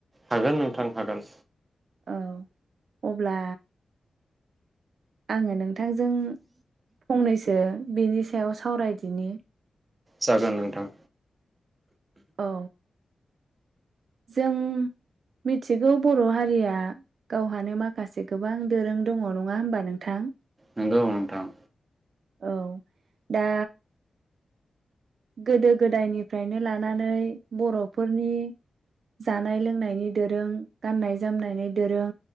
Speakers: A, on the right; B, on the right.
A: हागोन नोंथां हागोन।
B: औ अब्ला आङो नों थांजों फंनैसो ओ बिनि सायाव सावरायदिनि।
A: जागोन नोंथां।
B: औ जों मिथिगौ बर' हारिया गावहानो माखासे गोबां दोरों दङ' नङा होमबा नोंथां?
A: नंगौ नोंथां।
B: औ दा गोदो गोदायनिफ्रायनो लानानै बर'फोरनि जानाय लोंनायनि दोरों, गाननाय जोमनायनि दोरों